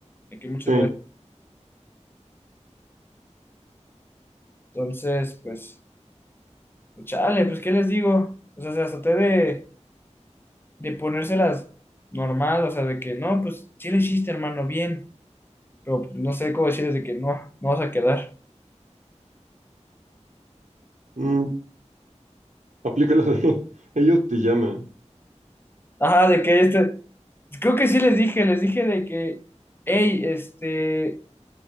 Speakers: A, on the left (about 20°); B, on the right (about 80°).
A: De que muchas
B: Sí.
A: gracias. Entonces, pues, pues, chale, pues, ¿qué les digo? O sea, hasta traté de, de ponérselas normal, o sea, de que no, pues, sí le hiciste, hermano, bien. Pero pues, no sé cómo decirles de que no, no vas a quedar.
B: Mm, aplica la de <laughs> ellos te llaman.
A: Ajá, de que este, creo que sí les dije, les dije de que, hey, este